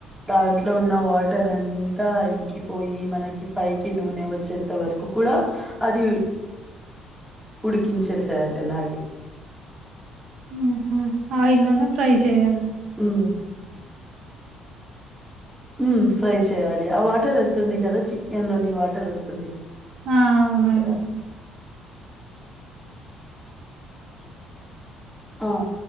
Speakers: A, in the centre; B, on the right.
A: దాంట్లో, ఉన్న, వాటర్, అంతా, ఇంకిపోయి, మనకి, పైకి, నూనెవచ్చి వచ్చేంతవరకు, కూడా, అది, ఉడికించేసేయాలి. అలాగే,
B: ఆహా, ఆయిల్లోనే, ఫ్రై, చేయాలి.
A: హ్మ్మ్ హ్మ్మ్, ఫ్రైచేయాలి. ఆ, వాటర్, వస్తుంది. కదా, చికెన్ లోనీ, వాటర్, వస్తుంది.
B: ఆ! అవునండి.
A: కదా, ఆ,